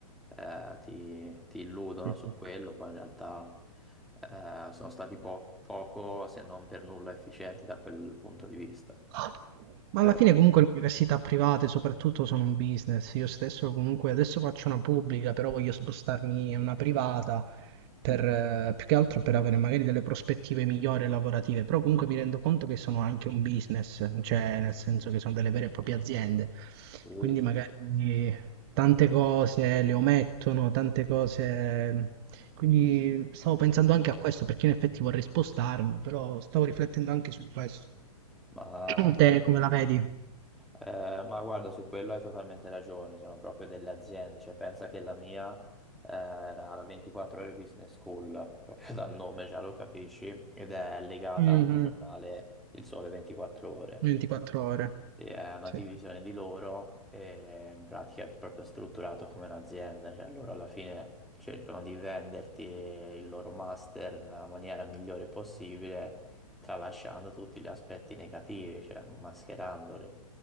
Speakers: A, in the centre; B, on the right.
A: eh, ti, ti illudono
B: sì,
A: su
B: sì.
A: quello, poi in realtà eh, sono stati po- poco, se non per nulla, efficienti da quel punto di vista.
B: Ah, Ma
A: Però
B: alla fine comunque le università private soprattutto sono un business. Io stesso comunque adesso faccio una pubblica, però voglio spostarmi in una privata per, eh, più che altro per avere magari delle prospettive migliori lavorative. Però comunque mi rendo conto che sono anche un business, cioè nel senso che sono delle vere e proprie aziende.
A: sì,
B: Quindi
A: sì.
B: magari tante cose le omettono, tante cose... Quindi stavo pensando anche a questo perché in effetti vorrei spostarmi, però stavo riflettendo anche su questo.
A: Ma,
B: <clears throat> Te come la vedi?
A: eh, ma guarda, su quello hai totalmente ragione, sono proprio delle aziende, cioè pensa che la mia eh, era la 24 Ore Business School, <laughs> proprio dal nome già lo capisci, ed è legata
B: Mh-mh.
A: al giornale Il Sole 24 Ore.
B: 24 ore.
A: Sì, è una
B: Sì.
A: divisione di loro e in pratica è proprio strutturato come un'azienda, cioè loro alla fine cercano di venderti il loro master nella maniera migliore possibile, tralasciando tutti gli aspetti negativi, cioè mascherandoli,